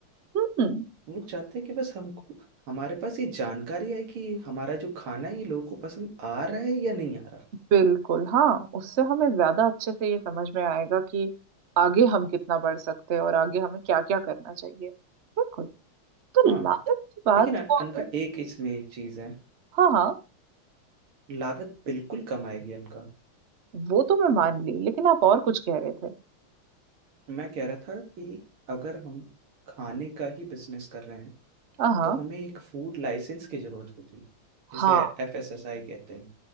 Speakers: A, on the right (about 55°); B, on the right (about 80°).
A: हम्म
B: हम लोग चाहते हैं कि बस हमको हमारे पास ये जानकारी आए कि हमारा जो खाना है ये लोगों को पसंद आ रहा है या नहीं आ रहा
A: बिल्कुल हाँ उससे हमें ज्यादा अच्छे से ये समझ में आएगा कि आगे हम कितना बढ़ सकते हैं और आगे हमें क्या क्या करना चाहिए बिल्कुल तो
B: हाँ
A: लागत की बात
B: लेकिन अन-
A: को
B: अनका
A: अगर
B: एक इसमें एक चीज़ है
A: हाँ हाँ
B: लागत बिल्कुल कम आएगी अनका
A: वो तो मैं मान ली लेकिन आप और कुछ कह रहे थे
B: मैं कह रहा था कि अगर हम खाने का ही बिजनेस कर रहे हैं
A: हाँ
B: तो हमें एक फूड लाइसेंस की जरूरत होती है जिसे
A: हाँ
B: एफएसएसआई कहते हैं